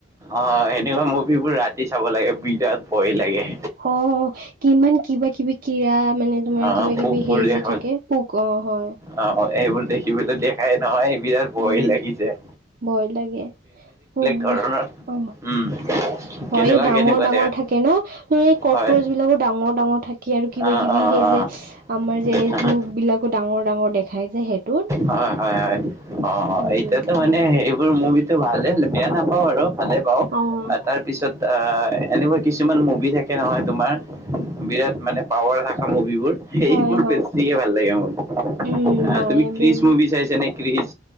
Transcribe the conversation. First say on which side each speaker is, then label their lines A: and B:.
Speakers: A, on the right; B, on the right.
A: অ সেনেকুৱা মুভিবোৰ ৰাতি চাব লাগে বিৰাত ভয় লাগে
B: অ কিমান কিবা কিবি কিয়াত মানে তোমাৰ
A: অ
B: কিবা
A: পোকবোৰ
B: কিবি সেই
A: দেখা
B: যে থাকে পোক অ হয়
A: অ এইবোৰ দেখিবতো দেখাই নহয় বিৰাট ভয়
B: উম,
A: লাগি যাই
B: ভয় লাগে পোক
A: ধৰণৰ
B: অ
A: উম,
B: হয়
A: কেনেকুৱা
B: এই ডাঙৰ
A: কেনেকুৱা
B: ডাঙৰ
A: দেখা
B: থাকে ন সেই কক্ৰচ
A: হয়
B: বিলাকৰ ডাঙৰ ডাঙৰ থাকে আৰু কিবা
A: অ'
B: কিবি
A: অ'
B: সেই যে আমাৰ যে
A: অ'
B: জোক বিলাক আকৌ ডাঙৰ ডাঙৰ দেখাই যে সেইটোত
A: হয় হয় হয় অ
B: উম,
A: এতিয়াতো মানে সেইবোৰ মুভিটো ভালেই বেয়া নাপাওঁ আৰু ভালে পাওঁ
B: অ'।
A: তাৰপিছত আহ এনেকুৱা কিছুমান মুভি থাকে নহয় তোমাৰ বিৰাট মানে পাৱাৰ থকা মুভিবোৰ সেইবোৰ
B: হয় হয়
A: বেছিয়ে ভাল লাগে মোৰ
B: উম
A: আহ
B: হয়
A: তুমি
B: এইবোৰ
A: ক্ৰিচ মুভি চাইছা নে ক্ৰিচ